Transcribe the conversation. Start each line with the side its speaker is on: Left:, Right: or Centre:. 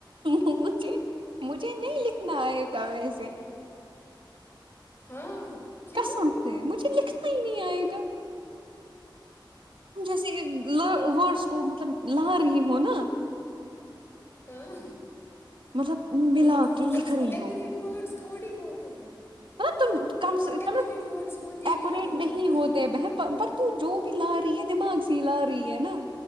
Right: مجھے نہیں لکھا ن گو سے
Left: ہاں کیوں
Right: کسم سے مجھے لکھنا ہی نہیں آئے گا جیسے وورڈس کو مطلب ل رہ ہو نا
Left: ہاں
Right: مطلب ملا
Left: مطلب وہ
Right: کے
Left: ورڈس
Right: لکھ رہی
Left: وہ ایکوریٹ
Right: ہو
Left: ورڈس تھوڑی ہوتے ہیں
Right: تم کم
Left: وہ
Right: سے
Left: ایکوریٹ
Right: کل
Left: ورڈس ہوتے
Right: ایکوریٹ
Left: ہی ہے یار
Right: نہیں ہوتے بہن پر تو جو بھی لا رہی ہے دماغ سے ہی لا رہی ہے نا